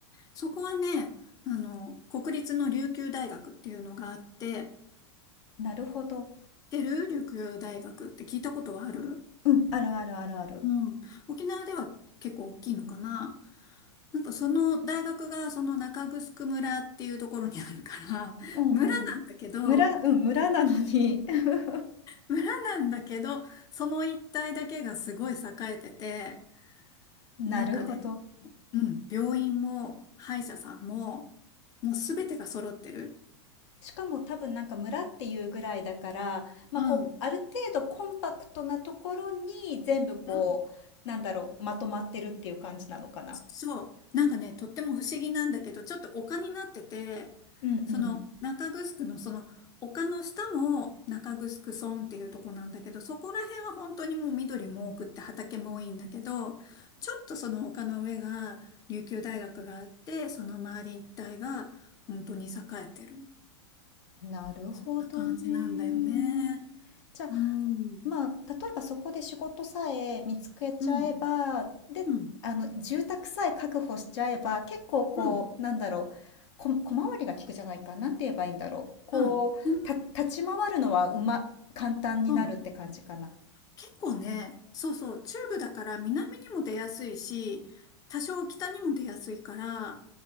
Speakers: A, on the left; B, on the left.
A: そこはね、あの、国立の琉球大学っていうのがあって、
B: なるほど。
A: 知ってる琉球大学って聞いたことはある
B: うん、あるあるあるある。
A: うん。沖縄では結構大きいのかな。なんかその大学がその中城村っていうところにあるから、<laughs>
B: うんうん。
A: 村なんだけど、
B: 村、うん、村なのに。<laughs>
A: 村なんだけど、その一帯だけがすごい栄えてて、
B: なるほど。
A: なんかね、うん、病院も歯医者さんも、もうすべてが揃ってる。
B: しかも多分なんか村っていうぐらいだから、まあ、
A: うん。
B: こうある程度コンパクトなところに全部こうなんだろうまとまってるっていう感じなのかな。
A: うんそう。なんかね、とっても不思議なんだけど、ちょっと丘になってて、
B: うん
A: その中城のその丘の下も中城村っていうとこなんだけど、そこら辺は本当にもう緑も多くって畑も多いんだけど、ちょっとその丘の上が琉球大学があって、その周り一帯が本当に栄えてる。
B: うん。なるほどね。
A: そんな感じなんだよね。
B: じゃあ
A: うん。
B: まあ例えばそこで仕事さえ見つけちゃえばであの住宅さえ確保しちゃえば結構こうなんだろうこ小回りが利くじゃないかなんて言えばいいんだろうこうた立ち回るのはうま簡単になるって感じかな。
A: うん。うん。うん。うん。うん。うん。結構ね、そうそう、中部だから南にも出やすいし、多少北にも出やすいから、